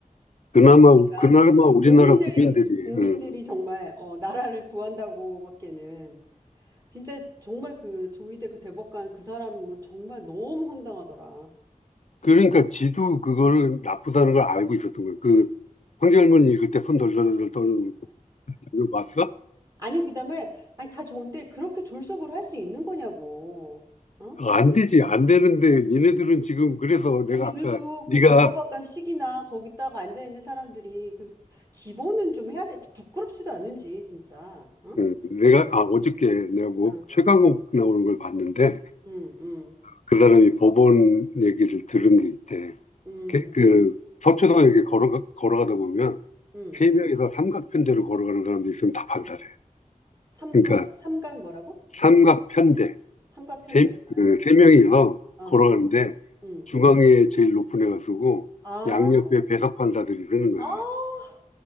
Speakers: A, on the left; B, on the right.
A: 그나마,
B: 그러니까
A: 그나마
B: 이제
A: 우리나라
B: 국민들이
A: 국민들이,
B: 국민들이
A: 음.
B: 정말 어, 나라를 구한다고밖에는 진짜 정말 그 조희대 그 대법관 그 사람은 정말 너무 황당하더라.
A: 그러니까 지도 그걸 나쁘다는 걸 알고 있었던 거예요. 그, 황절문 읽을 때 손 덜덜덜 떠는 거 이거 봤어?
B: 아니, 그다음에, 아니, 다 좋은데, 그렇게 졸속으로 할 수 있는 거냐고. 어?
A: 아, 안 되지, 안 되는데, 얘네들은 지금, 그래서 내가
B: 아니,
A: 아까,
B: 그래도 그
A: 네가,
B: 대법관식이나 거기다가 앉아있는 사람들이 그 기본은 좀 해야 돼. 부끄럽지도 않은지, 진짜. 응?
A: 음, 내가, 아, 어저께 내가 뭐,
B: 응,
A: 최강욱 나오는 걸 봤는데,
B: 응, 응,
A: 그 사람이 법원 얘기를 들은 게 있대.
B: 응.
A: 그, 그 서초동 이렇게 걸어가, 걸어가다 보면,
B: 응.
A: 세 명이서 삼각편대로 걸어가는 사람도 있으면 다 판사래.
B: 삼,
A: 그러니까,
B: 뭐라고? 삼각 뭐라고?
A: 삼각편대.
B: 삼각편대가
A: 세,
B: 뭐야?
A: 그, 세 명이서
B: 어,
A: 걸어가는데
B: 응.
A: 중앙에 제일 높은 애가 쓰고
B: 아,
A: 양옆에 배석 판사들이 쓰는 거야.
B: 아,